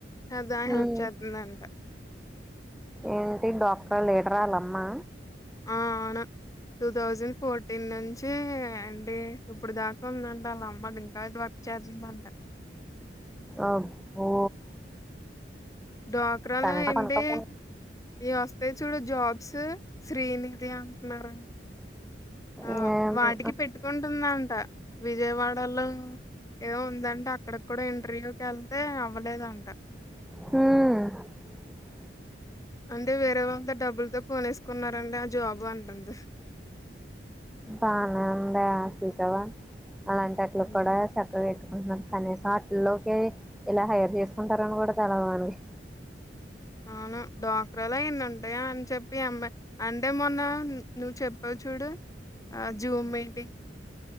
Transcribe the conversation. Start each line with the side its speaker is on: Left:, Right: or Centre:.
Left: అద
Centre: హ్మ్
Left: హెల్ప్ చేద్దందంట.
Centre: ఏంటి డాక్టర్ ఎకరాలమ్మ.
Left: ఆ అవును టూ థౌజండ్ ఫోర్టీన్ నుంచి ఏంటి ఇప్పుడు దాకా ఉందంట వాళ్ళ అమ్మది ఇంకా వర్క్ చేస్తుందంట.
Centre: అబ్బో.
Left: డ్వాక్రాలో
Centre: కనీసం
Left: ఏంటి
Centre: పనకపో
Left: ఈ వస్తాయి చూడు జాబ్. స్ శ్రీనిధి అంటున్నారురండి. ఆ
Centre: ఏమో
Left: వాటికి పెట్టుకుంటుందంట విజయవాడలో ఏదో ఉందంట అక్కడ కూడా ఏ ప్రయకి వెళ్తే అవ్వలేదంట
Centre: మ్మ్
Left: అంటే వేరే వాళ్ళ డబ్బుతో కొనేసు కున్నారండి ఆ జాబ్ అంటుంది
Centre: బానే ఉందాయా చూసావా అలాంటిట్లు
Left: హ్మ్.
Centre: కూడా చక్కగా ట్కుు కనీసం ఆటల్లోకి ఇలా హైర్ చేసుకుంటారని కూడా తెలవాదు మనకి
Left: అవును ద్వక్రలో ఇన్ని ఉంటాయా అని చెప్పి అమ్మా అంటే మొన్న నువ్వు చెప్పావు చూడు ఆ జూమ్ మీటింగ్